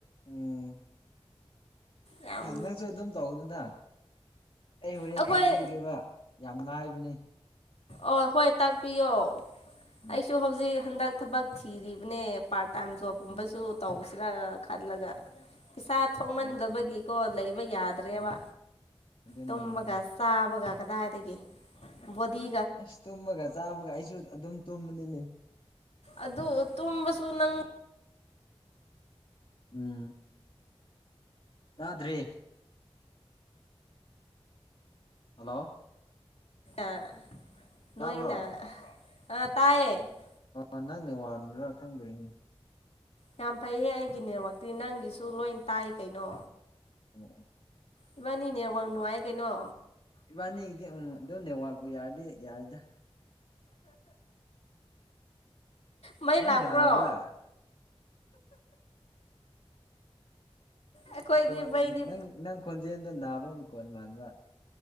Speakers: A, on the left; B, on the left.
A: ꯎꯝ
B: ꯌꯥꯝ
A: ꯅꯪꯁꯨ ꯑꯗꯨꯝ ꯇꯧꯗꯅ ꯑꯩ ꯍꯣꯔꯦꯟ
B: ꯑꯩꯈꯣꯏ
A: ꯇꯥꯛꯄꯤꯒꯦꯕ ꯌꯥꯝ ꯂꯥꯏꯕꯅꯦ
B: ꯑꯣ ꯍꯣꯏ ꯇꯥꯛꯄꯤꯌꯣ
A: ꯎꯝ
B: ꯑꯩꯁꯨ ꯍꯧꯖꯤꯛ ꯍꯟꯗꯛ ꯊꯕꯛ ꯊꯤꯔꯤꯕꯅꯦ ꯄꯥꯔꯠ ꯇꯥꯏꯝ ꯖꯣꯕꯀꯨꯝꯕꯁꯨ
A: ꯎꯝ
B: ꯇꯧꯁꯤꯔꯥ ꯈꯜꯂꯒ ꯄꯩꯁꯥ ꯊꯣꯛꯃꯟꯗꯕꯒꯤꯀꯣ
A: ꯇꯧꯒꯗꯕꯅꯤ
B: ꯂꯩꯕ ꯌꯥꯗ꯭ꯔꯦꯕ
A: ꯎꯝ ꯑꯗꯨꯅꯤ
B: ꯇꯨꯝꯃꯒ
A: ꯑꯗꯨꯅꯤ
B: ꯆꯥꯕꯒ ꯀꯗꯥꯏꯗꯒꯤ ꯕꯣꯗꯤ
A: ꯑꯁ ꯇꯨꯝꯃꯒ ꯆꯥꯕꯒ ꯑꯩꯁꯨ ꯑꯗꯨꯝ ꯇꯨꯝꯕꯅꯤꯅꯦ
B: ꯑꯗꯨ ꯇꯨꯝꯕꯁꯨ ꯅꯪ
A: ꯎꯝ <inaudible> ꯌꯥꯗ꯭ꯔꯔꯤ ꯍꯜꯂꯣ
B: ꯦ ꯅꯣꯏꯅ
A: ꯇꯥꯕ꯭ꯔꯣ
B: ꯑ ꯇꯌꯦ <inaudible> <unintelligible>
A: ꯑ ꯅꯪꯅꯦ ꯋꯥ꯭ꯔꯥ ꯈꯪꯗ꯭ꯔꯤꯅꯦ
B: ꯌꯥꯝ ꯐꯩꯍꯦ ꯑꯩꯒꯤ ꯅꯠꯃꯛꯇꯤ ꯅꯪꯒꯤꯁꯨ ꯂꯣꯏ ꯇꯥꯏ ꯀꯩꯅꯣ
A: ꯑꯣ <inaudible> <unintelligible>
B: ꯏꯕꯥꯅꯤꯅꯦ ꯑꯋꯥꯡ ꯅꯨꯡꯉꯥꯏ ꯀꯩꯅꯣ
A: ꯏꯕꯥꯅꯤꯗꯤ ꯎꯝ ꯑꯗꯨꯝ ꯅꯦꯠꯋꯥꯛꯄꯨ ꯌꯥꯔꯗꯤ ꯌꯥꯔꯗ
B: ꯃꯩ
A: ꯅꯥꯏꯅ
B: ꯂꯥꯛꯄ꯭ꯔꯣ
A: ꯑꯃ꯭ꯔ
B: ꯑꯩꯈꯣꯏꯗꯤ
A: ꯣꯟ
B: ꯃꯩꯗꯤ
A: ꯅꯪ ꯅꯪ ꯈꯣꯟꯖꯦꯜꯗꯣ ꯅꯥꯕ ꯑꯃꯨꯛ ꯀꯣꯟ ꯃꯥꯟꯕ